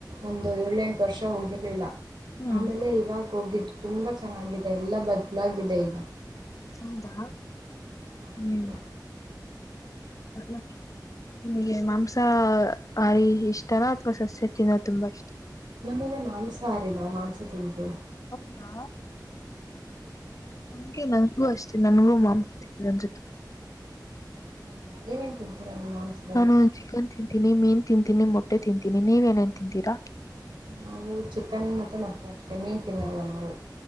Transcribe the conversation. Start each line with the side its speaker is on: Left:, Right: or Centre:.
Right: ಒಂದು ಏಳೆಂಟು ವರ್ಷ ಹೋಗಿರ್ಲಿಲ್ಲ
Left: ಹ್ಮ್
Right: ಆಮೇಲೆ ಇವಾಗ ಹೋಗಿದ್ದು ತುಂಬಾ ಚೆನ್ನಾಗಿದೆ ಎಲ್ಲಾ ಬದ್ಲಾಗಿದೆ ಈಗ
Left: ಹೌದಾ
Right: ಹೌದು
Left: ಹ್ಮ್ ಮತ್ತೆ ನಿಮಗೆ ಮಾಂಸ ಹಾರಿ ಇಷ್ಟಲ್ಲ ಅಥವಾ ಸಸ್ಯ ತಿನ್ನೋದು ತುಂಬಾ ಇಷ್ಟ
Right: ನಮಗೆ ಮಾಂಸಹಾರಿ ನಾವು ಮಾಂಸ ತಿಂದು
Left: ಹೌದಾ ನಂಗೆ ನನ್ಗೂ ಅಷ್ಟೇ ನನಗೂ ಮಾಂಸ ನನ್ೊತೆ
Right: ಹೌದಾ ಏನೇನ್ ತಿಂತೀರ ನೀನ್ ಅನ್್ತ
Left: ನಾನು ಚಿಕನ್ ತಿಂತೀನಿ ಮೀನ್ ತಿಂತೀನಿ ಮೊಟ್ಟೆ ತಿಂತೀನಿ ನೀವ ಏನೇನ್ ತಿಂತೀರಾ
Right: ನಾವು ಚಿಕನ್ ಮತ್ತೆ ಮೊಟ್ಟೆ ಅಷ್ಟೆ ನೀನ್ ತಿನ್ನಲ್ಲ ನಾವು